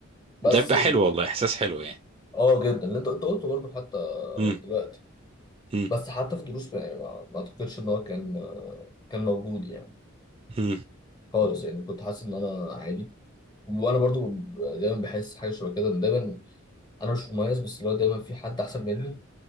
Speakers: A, on the left; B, on the right.
A: بس
B: ده بيبقى
A: ال-
B: حلو والله احساس حلو يعني
A: اه جدا اللي انت انت قلته برضه حتى
B: مم.
A: دلوقتي
B: مم.
A: بس حتى في الدروس ما ما ما اعتقدش ان هو كان كان موجود يعني
B: مم.
A: خالص يعني كنت حاسس ان انا عادي وانا برضو دايما بحس حاجه شبه كده ان دايما انا مش مميز بس اللي هو دايما في حد احسن مني